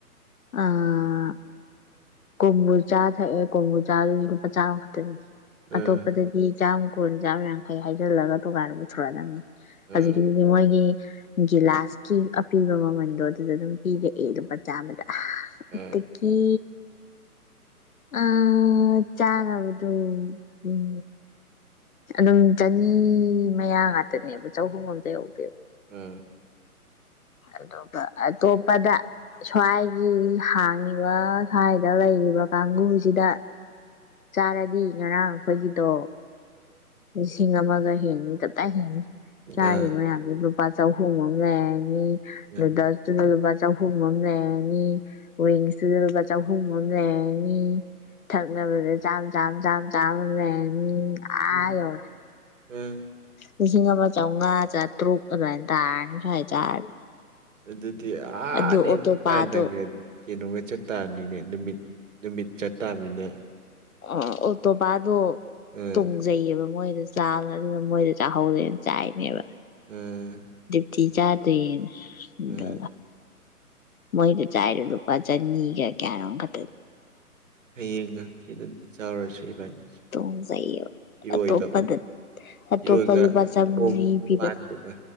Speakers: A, on the left (about 65°); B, on the right (about 55°).
A: ꯑꯥ ꯀꯣꯝꯕꯣ ꯆꯥ ꯊꯛꯑꯦ ꯀꯣꯝꯕꯣ ꯆꯥꯗꯨꯁꯨ ꯂꯨꯄꯥ ꯆꯥꯝꯃ ꯈꯛꯇꯅꯤ
B: ꯑꯥ
A: ꯑꯇꯣꯞꯄꯗꯗꯤ ꯆꯥꯝ ꯀꯨꯟ ꯆꯥꯝ ꯌꯥꯡꯈꯩ ꯍꯥꯏꯖꯤꯜꯂꯒ ꯇꯣꯉꯥꯟꯅ ꯄꯨꯊꯣꯔꯛꯑꯗꯝꯅꯦ
B: ꯑꯥ
A: ꯍꯖꯤꯛꯀꯤꯗꯨꯗꯤ ꯃꯣꯏꯒꯤ ꯒꯤꯂꯥꯁꯀꯤ ꯑꯄꯤꯕ ꯃꯃꯟꯗꯣ ꯑꯗꯨꯗ ꯑꯗꯨꯝ ꯄꯤꯔꯛꯑꯦ ꯂꯨꯄꯥ ꯆꯥꯝꯃꯗ
B: ꯑꯥ
A: ꯑꯠꯇꯗꯒꯤ
B: ꯑꯥ <inaudible>
A: ꯑ ꯆꯥꯅꯕꯗꯣ ꯎꯝ ꯑꯗꯨꯝ ꯆꯅꯤ ꯃꯌꯥ ꯉꯥꯛꯇꯅꯦꯕ ꯆꯍꯨꯝ ꯑꯝꯇ ꯌꯧꯗꯦꯕ
B: ꯑꯥ
A: ꯑꯗꯨꯒ ꯑꯇꯣꯞꯄꯗ ꯁ꯭ꯋꯥꯏꯒꯤ ꯍꯥꯡ ꯉꯤꯕ ꯁ꯭ꯋꯥꯏꯗ ꯂꯩꯔꯤꯕ ꯀꯥꯡꯒꯨꯁꯤꯗ ꯆꯥꯔꯗꯤ ꯉꯔꯥꯡ ꯑꯩꯈꯣꯏꯒꯤꯗꯣ ꯂꯤꯁꯤꯡ ꯑꯃꯒ ꯍꯦꯟꯅꯤ ꯇꯞꯇꯥꯢ ꯍꯦꯟꯅꯤ ꯆꯥꯔꯤꯕ
B: ꯑꯥ ꯑꯥ
A: ꯃꯌꯥꯝꯗꯨ ꯗꯨꯝ ꯂꯨꯄꯥ ꯆꯍꯨꯝ ꯑꯝ ꯂꯩꯔꯅꯤ
B: ꯑꯥ
A: ꯅꯨꯗꯜꯁꯇꯨꯖꯨ ꯂꯨꯄꯥ ꯆꯍꯨꯝ ꯑꯃ ꯂꯩꯔꯅꯤ ꯋꯤꯡꯁꯇꯨꯗ ꯂꯨꯄꯥ ꯆꯍꯨꯝ ꯑꯃ ꯂꯩꯔꯅꯤ ꯊꯛꯅꯕꯗ ꯆꯥꯝ ꯆꯥꯝ ꯆꯥꯝ ꯆꯥꯝ ꯂꯩꯔꯅꯤ ꯑꯥ
B: ꯎꯝ
A: ꯌꯧꯔꯦ
B: ꯑ
A: ꯂꯤꯁꯤꯡ ꯑꯃ ꯆꯧꯉꯥ ꯆꯥꯇ꯭ꯔꯨꯛ ꯑꯗꯨꯃꯥꯏꯅ ꯇꯥꯔꯅꯤ ꯁ꯭ꯋꯥꯏ ꯆꯥꯔꯗꯤ
B: ꯑꯗꯨꯗꯤ ꯑꯥꯅꯦ
A: ꯑꯗꯨ ꯑꯣꯇꯣꯄꯥꯗꯣ
B: ꯇꯥꯟꯅꯒ ꯀꯩꯅꯣꯒ ꯆꯠ ꯇꯥꯝꯅꯤꯅꯦ ꯅꯨꯃꯤꯠ ꯅꯨꯃꯤꯠ ꯆꯠ ꯇꯥꯥꯕꯅꯤꯅꯦ
A: ꯑ ꯑꯣ ꯇꯣꯄꯥꯗꯣ
B: ꯑꯥ
A: ꯇꯣꯡꯖꯩꯌꯦꯕ ꯃꯣꯏ ꯑꯗꯨ ꯆꯥꯕ ꯑꯗꯨꯅ ꯃꯣꯏꯗ ꯆꯥꯍꯧꯔꯦꯅ ꯆꯥꯏꯅꯦꯕ
B: ꯎꯝ
A: ꯇꯤ ꯆꯥꯗ꯭ꯔꯤꯅ ꯑꯗꯣ
B: ꯎꯝ
A: ꯃꯣꯏꯗ ꯆꯥꯏꯗꯣ ꯂꯨꯄꯥ ꯆꯅꯤꯒ ꯀꯌꯥ ꯅꯣꯝ ꯈꯛ
B: ꯍꯌꯦꯡꯔ ꯍꯪꯆꯤꯠꯔ ꯑꯝꯇ ꯆꯥꯎꯔꯁꯤ ꯏꯕꯥꯅꯤ
A: ꯇꯣꯡꯖꯩꯌꯦꯕ
B: ꯏꯔꯣꯏꯗꯣ
A: ꯑꯇꯣꯞꯄꯗ ꯑꯇꯣꯞꯄ
B: ꯏꯔꯣꯏꯒ
A: ꯂꯨꯄꯥ ꯆꯥꯝꯃꯔꯤ
B: ꯃꯈꯣꯡ ꯅꯤꯄꯥꯟꯗꯨꯒ
A: ꯄꯤꯕꯗ